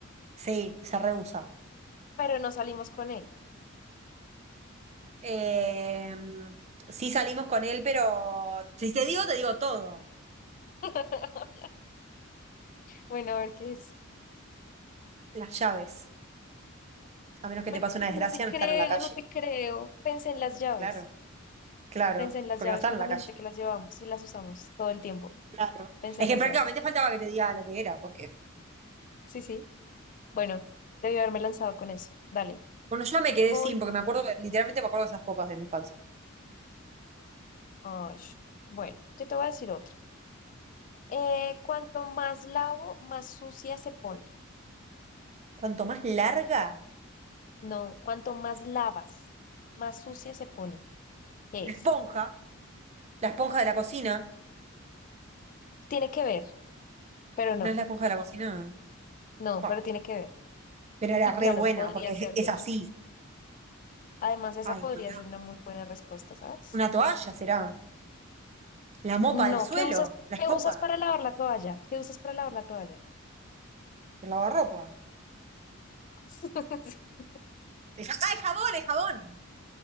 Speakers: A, on the right; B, on the left.
A: Sí, se rehúsa.
B: pero no salimos con él.
A: Eh, sí salimos con él, pero si te digo, te digo todo.
B: <laughs> Bueno, a ver qué es.
A: Las llaves. A menos que
B: Mari-
A: te pase una
B: Ay,
A: desgracia,
B: no te creo,
A: no están en la calle.
B: no te creo. Pensé en las llaves.
A: Claro, claro,
B: Pensé en las
A: porque
B: llaves
A: no están
B: cuando
A: en la
B: me
A: calle.
B: dijiste que las llevábamos y las usamos todo el tiempo.
A: Claro.
B: Pensé
A: Es
B: en
A: que
B: las
A: prácticamente
B: llaves.
A: faltaba que te diga lo que era, porque
B: Sí, sí. Bueno, debí haberme lanzado con eso. Dale.
A: Bueno, yo me quedé
B: Voy.
A: sin, porque me acuerdo, literalmente me acuerdo de esas pocas de mi infancia.
B: Ay, bueno, yo te voy a decir otra. Eh, cuanto más lavo, más sucia se pone.
A: Cuanto más larga,
B: No, cuanto más lavas, más sucia se pone. ¿Qué
A: la
B: es?
A: esponja, la esponja de la cocina,
B: Tiene que ver, pero no.
A: no es la esponja de la cocina,
B: No,
A: pa,
B: pero tiene que ver.
A: pero era
B: Y
A: re
B: claro,
A: buena,
B: podría
A: porque es,
B: ser,
A: es
B: de
A: así.
B: hecho. Además, esa
A: Ay,
B: podría
A: pará.
B: ser una muy buena respuesta, ¿sabes?
A: Una toalla será, la mopa
B: No,
A: del suelo,
B: ¿qué usas,
A: la
B: qué
A: escoba,
B: usas para lavar la toalla? ¿Qué usas para lavar la toalla?
A: el lavarropa.
B: <laughs>
A: El ja- ah, el jabón, el jabón.